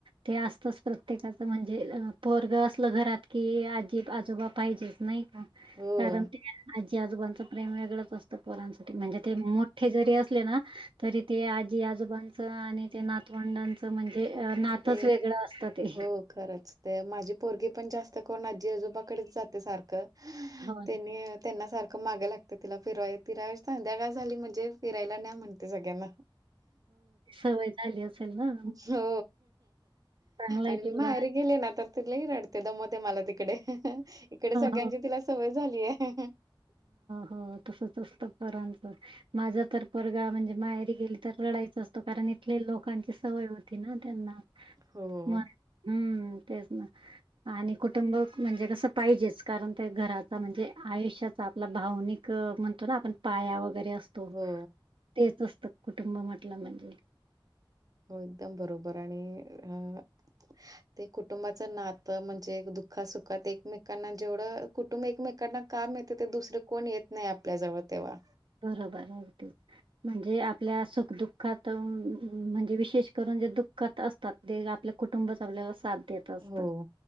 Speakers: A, on the right (about 75°); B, on the right (about 45°).
A: ते असतच प्रत्येकाचं म्हणजे परग असलं घरात की आजी आजोबाप पाहिजेच नाही का
B: हो
A: कारण ते आजी आजोबांच प्रेम वेगळंच असत पोरांसाठी म्हणजे ते मोठे जरी असले ना तरी ते आजी आजोबांच आणि ते ना भवंडांचं म्हणजे अ नातच
B: ते
A: वेगळं असतं ते
B: हो खरंच ते माझी पोरगी पण जास्त करून आजी आजोबाकडेच जाते सारखं
A: हो ना.
B: त्यांनी त्यांना सारखं मागे लागत तिला फिरय तिरा संध्या काय झाली म्हणजे फिरायला नाही म्हणत ते सगळ्यांना
A: वय झाली असेल ना
B: हो
A: चांगला आहे
B: आणि मी
A: तेवढा
B: बाहेर गेले ना आ तर तिलाही रडते दमते मला तिकडे इकडे सगळ्यांची
A: हो
B: तिला सवय झालीय. <unintelligible>
A: हो तसंच असतं फांचं. माझा तर परगा म्हणजे माहेरी गेली तर रढायच असतो कारण इथले लोकांची सवय होती ना त्यांना
B: हो.
A: म हम्म तेच ना आणि कुटुंब म्हणजे कसं पाहिजेच कारण ते घराचा म्हणजे आयुष्यात आपला भावनिक म्हणतो ना आपण पाया वगैरे असतो.
B: हो.
A: तेच असतं कुटुंब म्हटलं म्हणजे
B: हो एकदम बरोबर आणि अ ते कुटुंबाच नातं म्हणजे दुःखासुखात एकमेकांना जेवढं. कुटुंब एकमेकांना काम यळेत ते दुसरे कोण येत नाही आपल्या जवळ तेव्हा
A: बरोबर अगदीच. म्हणजे आपल्या सुखदुःखात म्हणजे विशेष करून जे दुःखात असतात. दे आपल्या कुटुंबात आपल्याला साथ देत असत
B: हो